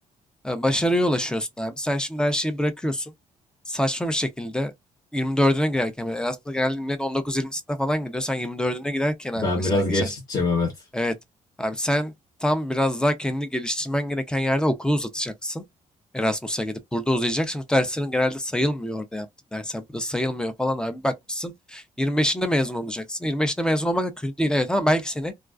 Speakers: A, in the centre; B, on the left.
A: e, başarıya ulaşıyorsun abi. Sen şimdi her şeyi bırakıyorsun. Saçma bir şekilde 24'üne girerken bile Erasmus'a geldiğinde millet 19-20'sinde falan gidiyor. Sen 24'üne giderken abi
B: Ben
A: mesela
B: biraz
A: geçen
B: geç gideceğim evet.
A: Evet. Abi sen tam biraz daha kendini geliştirmen gereken yerde okulu uzatacaksın. Erasmus'a gidip burada uzayacak. Şimdi derslerin genelde sayılmıyor orada yaptığın dersler. Burada sayılmıyor falan abi bakmışsın. 25'inde mezun olacaksın. 25'inde mezun olmak da kötü değil evet ama belki seni